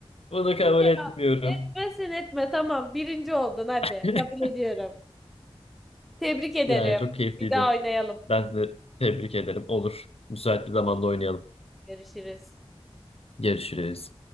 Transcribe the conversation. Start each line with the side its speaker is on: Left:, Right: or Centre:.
Left: Bunu
Centre: İyi
Left: kabul
Centre: ya.
Left: etmiyorum.
Centre: Etme sen etme tamam birinci oldun hadi.
Left: <laughs>
Centre: Kabul ediyorum. Tebrik ederim.
Left: Yani çok keyifliydi.
Centre: Bir daha oynayalım.
Left: Ben de tebrik ederim. Olur. Müsait bir zamanda oynayalım.
Centre: Görüşürüz.
Left: Görüşürüz.